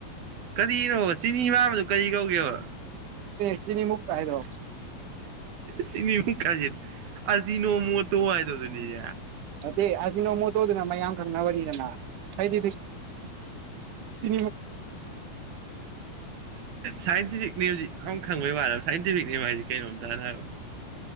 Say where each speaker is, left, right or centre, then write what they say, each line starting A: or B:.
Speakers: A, on the right; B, on the right.
A: ꯀꯔꯤꯅꯣꯕ ꯆꯤꯅꯤ ꯃꯝꯕꯗꯨ ꯀꯔꯤ ꯀꯧꯒꯦꯕ
B: ꯁꯤꯅꯤꯃꯨꯛꯇ ꯍꯥꯏꯗꯣ
A: ꯁꯤꯅꯤꯃꯨꯛ ꯀꯖꯤ ꯑꯁꯤ ꯅꯣꯡ ꯃꯣꯠꯇꯣ ꯍꯥꯏꯗꯣ ꯑꯗꯨꯅꯦꯦ
B: ꯅꯦ ꯑꯁꯤ ꯅꯣꯡꯃ ꯇꯧꯗꯅ ꯃꯌꯥꯝ ꯈꯪꯅꯕꯅꯤꯗꯅ ꯍꯥꯏꯗꯤ ꯁꯤ
A: ꯁꯥꯏꯟꯇꯤꯐꯤꯛꯅꯦ ꯍꯧꯖꯤꯛ ꯑꯃ ꯈꯪꯕꯩ ꯋꯥ ꯁꯥꯏꯟꯇꯤꯐꯤꯛ ꯍꯥꯏꯁꯤ ꯀꯩ ꯅꯣ ꯇꯔ